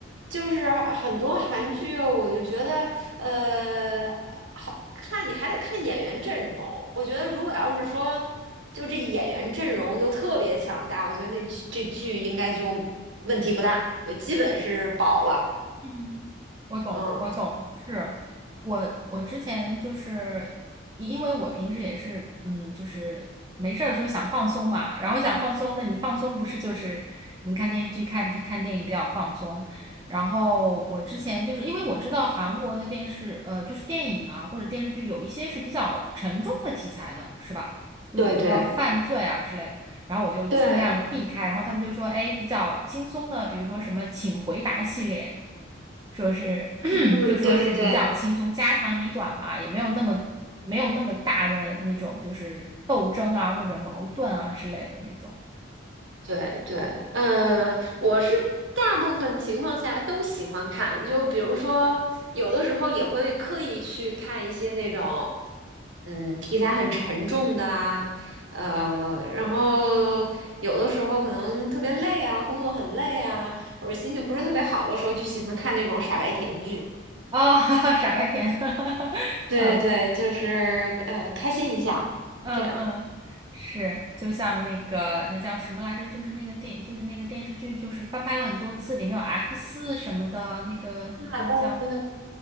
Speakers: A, on the right; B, on the right.
A: 就是很多韩剧，我就觉得，呃，好看你还得看演员阵容。我觉得如果要是说，就这演员阵容就特别强大，我觉得那剧这剧应该就问题不大，就基本是保了。
B: 嗯，我懂，
A: 嗯，
B: 我懂，是我我之前就是因因为我平时也是，嗯，就是没事儿的时候想放松嘛，然后想放松，那你放松不是就是可能看电视剧、看看电影比较放松。然后我之前就是因为我知道韩国的电视，呃，就是电影啊或者电视剧有一些是比较沉重的题材的，是吧？就是比如说犯罪啊之类的。
A: 对对
B: 然后我就尽量避开。
A: 对，
B: 然后他们就说，哎，比较轻松的，比如说什么请回答系列，说是 <clears throat>
A: 嗯，
B: 就说是比较轻松，
A: 对对对，
B: 家长里短嘛，也没有那么没有那么大的那种就是斗争啊或者矛盾啊之类的那种。
A: 对对，嗯，我是大部分情况下都喜欢看，就比如说有的时候也会刻意去看一些那种，嗯，题材很沉重的啊，呃，然后有的时候可能特别累啊，工作很累啊，或者心情不是特别好的时候，就喜欢看那种傻白甜剧。
B: 哦，<laughs> 傻白甜，<laughs>
A: 对对，
B: 嗯
A: 就是呃，开心一下，
B: 嗯嗯，
A: 这样。
B: 是，就像那个那叫什么来着，就是那个电，就是那个电视剧，就是翻拍了很多次，里面有 F 四什么的，那个那个叫，
A: 那嗯，